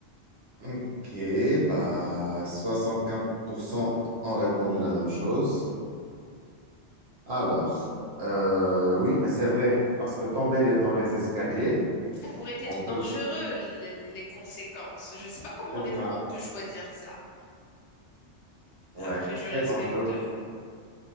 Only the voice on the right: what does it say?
Ok, bah 64% ont répondu la même chose. Alors, euh, oui, mais c'est vrai, parce que tomber les- dans les escaliers,
on peut...
C'est
ça,
ouais,
très dangereux.